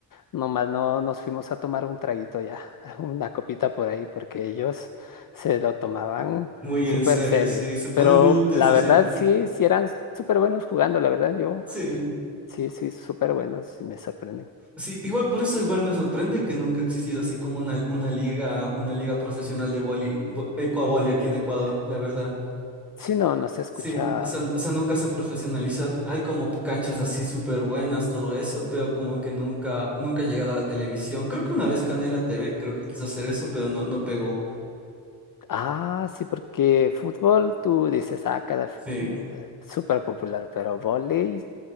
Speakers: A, on the left (about 50°); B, in the centre.
A: nomás no nos fuimos a tomar un traguito ya, <laughs> una copita por ahí, porque ellos se lo tomaban
B: muy
A: súper
B: en serio,
A: serio.
B: sí, se pone
A: Pero
B: muy intensos
A: la verdad
B: igual.
A: sí, sí eran súper buenos jugando, la verdad yo
B: Sí.
A: sí, sí, súper buenos, me sorprenden.
B: Sí, igual por eso igual me sorprende que nunca ha existido así como una, una liga, una liga profesional de vóley, vo- ecuavóley aquí en Ecuador, la verdad.
A: Sí, no, no se escucha.
B: Sí, o sea, o sea, nunca se ha profesionalizado. Hay como canchas así súper buenas, todo eso, pero como que nunca, nunca ha llegado a la televisión. Creo que una vez Canela TV, creo que quiso hacer eso, pero no, no pegó.
A: Ah, sí, porque fútbol tú dices, ah, cada f-
B: Sí.
A: mm, eh, súper popular, pero vóley,